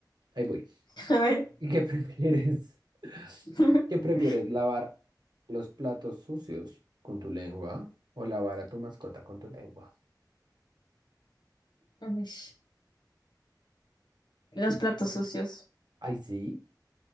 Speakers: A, on the right; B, on the left.
A: ahí voy.
B: <laughs> a ver.
A: ¿Qué prefieres? <laughs>
B: <laughs>
A: ¿Qué prefieres? ¿Lavar los platos sucios con tu lengua o lavar a tu mascota con tu lengua?
B: Uish, Los
A: Chu-
B: platos sucios.
A: Ay, sí.